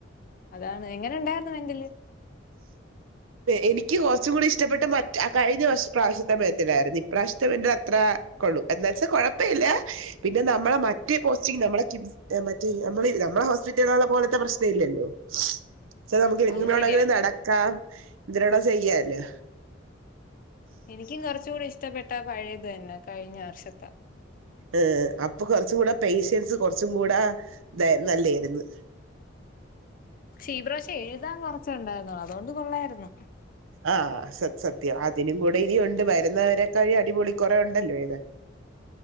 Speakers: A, on the left; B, on the right.
A: അതാണ് എങ്ങനെ ഇണ്ടായിരുന്നു മെന്റല്?
B: എനിക്ക് കുറച്ചും കൂടി ഇഷ്ടപ്പെട്ട മറ്റ ആ കാഴ് കഴിഞ്ഞ പ്രാവശ്യത്തെ <unintelligible> ഇപ്രാവശ്യത്തെ <unintelligible> അത്ര കൊളളും എന്നവച്ചാ കെഴപ്പില്ല പിന്നെ നമ്മളെ മറ്റേ പോസ്റ്റിഗ് നമ്മെളെ കിംസ് മറ്റേ നമ്മൾ നമ്മളെ ഹോസ്പിറ്റലുള്ള പോലത്തെ പ്രശ്നം ഇല്ലല്ലോ <unintelligible> നമുക്ക് എങ്ങനെ
A: അത്
B: വേണങ്കിലും
A: ശരിയാണ്
B: നടക്കാം എന്തിനണ ചെയ്യാല്ലേ
A: എനിക്കും കുറച്ചുകൂടെ ഇഷ്ടപ്പെട്ട അ പഴയേതന്നെ കഴിഞ്ഞ വർഷത്തെ
B: ഏ അപ്പൊ കുറച്ചും കൂടെ പേഷ്യൻസ് കുറച്ചും കൂടെ തായി നല്ലതായിർന്ന്
A: ക്ഷീപ്രാവശം എഴുതാൻ കൊറച്ചുണ്ടായിരുന്നു അതുകൊണ്ട് കൊള്ളായിരുന്നു
B: ആഹ സത്യം അതിനും കൂടെ ഇനി ഉണ്ട് വരുന്നവരെക്കഴി അടിപൊളി കുറെ ഉണ്ടല്ലോ എഴുതാൻ